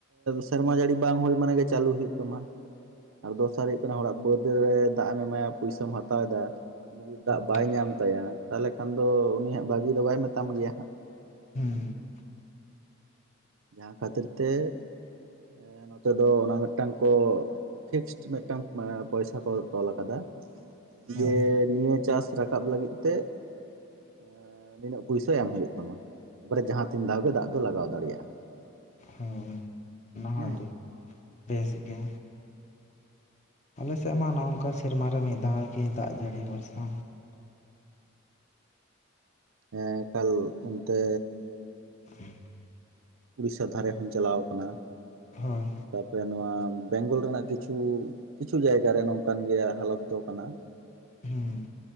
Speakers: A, on the right (about 80°); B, on the left (about 35°).
A: ᱥᱮᱨᱢᱟ ᱡᱟᱹᱲᱤ ᱵᱟᱝ ᱦᱩᱭ ᱢᱟᱱᱮ ᱜᱮ ᱪᱟᱹᱞᱩ ᱦᱩᱭᱩᱜ ᱛᱟᱢᱟ᱾ ᱟᱨ ᱫᱚᱥᱟᱨ ᱦᱩᱭᱩᱜ ᱠᱟᱱᱟ ᱦᱚᱲᱟᱜ ᱵᱟᱹᱫ ᱨᱮ ᱫᱟᱜ ᱮᱢ ᱮᱢᱟᱭᱟ ᱯᱩᱭᱥᱟᱹᱢ ᱦᱟᱛᱟᱣ ᱮᱫᱟ᱾ ᱩᱱᱤ ᱡᱩᱫᱤ
B: ᱦᱩᱸ
A: ᱫᱟᱜ ᱵᱟᱭ ᱧᱟᱢ ᱛᱟᱭᱟ ᱛᱟᱦᱚᱞᱮ ᱠᱷᱟᱱ ᱫᱚ ᱩᱱᱤ ᱦᱟᱸᱜ ᱵᱷᱟᱹᱜᱤ ᱫᱚ ᱵᱟᱭ ᱢᱮᱛᱟᱢ ᱜᱮᱭᱟ ᱦᱟᱸᱜ᱾
B: <unintelligible>
A: <inaudible> ᱡᱟᱦᱟᱸ ᱠᱷᱟᱹᱛᱤᱨ ᱛᱮ ᱮᱸ ᱱᱚᱛᱮ ᱫᱚ ᱚᱱᱟ ᱢᱤᱫᱴᱟᱝ ᱠᱚ ᱯᱷᱤᱠᱥ ᱢᱤᱫᱴᱟᱝ ᱯᱚᱭᱥᱟ ᱠᱚ ᱛᱚᱞ ᱟᱠᱟᱫᱟ
B: ᱦᱳᱭ
A: ᱡᱮ ᱱᱤᱭᱟᱹ ᱪᱟᱥ ᱨᱟᱠᱟᱵ ᱞᱟᱹᱜᱤᱫ ᱛᱮ ᱮᱸ ᱱᱤᱱᱟᱹᱜ ᱯᱩᱭᱥᱟᱹ ᱮᱢ ᱦᱩᱭᱩᱜ ᱛᱟᱢᱟ᱾ ᱛᱟᱯᱚᱨᱮ ᱡᱟᱦᱟᱸ ᱛᱤᱱ ᱫᱷᱟᱣ ᱜᱮ ᱫᱟᱜ ᱫᱚ ᱞᱟᱜᱟᱣ ᱫᱟᱲᱮᱭᱟᱜᱼᱟ᱾᱾
B: ᱦᱳᱭ ᱚᱱᱟ ᱦᱚᱸ
A: ᱦᱮᱸ
B: ᱟᱹᱰᱤ ᱵᱮᱥ ᱜᱮ᱾ ᱟᱞᱮ ᱥᱮᱫ ᱢᱟ ᱱᱚᱼᱚᱝᱠᱟ ᱥᱮᱨᱢᱟ ᱨᱮ ᱢᱤᱫ ᱫᱷᱟᱣ ᱜᱮ ᱫᱟᱜ ᱡᱟᱹᱲᱤ ᱵᱷᱚᱨᱥᱟ᱾
A: ᱦᱮ ᱮᱠᱟᱞ ᱚᱱᱛᱮ
B: <unintelligible>
A: ᱩᱲᱤᱥᱟ ᱫᱷᱟᱨᱮ ᱦᱚᱸᱧ ᱪᱟᱞᱟᱣ ᱠᱟᱱᱟ᱾
B: ᱦᱳᱭ
A: ᱥᱮ ᱱᱚᱣᱟ ᱵᱮᱝᱜᱚᱞ ᱨᱮᱱᱟᱜ ᱠᱤᱪᱷᱩ ᱠᱤᱪᱷᱩ ᱡᱟᱭᱜᱟ ᱨᱮ ᱱᱚᱝᱠᱟᱱ ᱜᱮᱭᱟ ᱦᱟᱞᱚᱛ ᱫᱚ ᱠᱟᱱᱟ᱾
B: ᱦᱩᱸ
A: ᱦᱮᱸ,